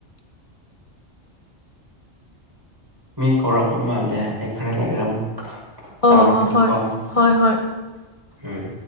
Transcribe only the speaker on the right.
ꯃꯤ ꯀꯣꯔꯣ ꯀꯃꯜꯗ ꯑꯩꯈꯔ ꯂꯥꯛꯒꯦ ꯃꯛ
ꯇꯧꯔꯛꯀꯦꯀꯣ
ꯎꯝ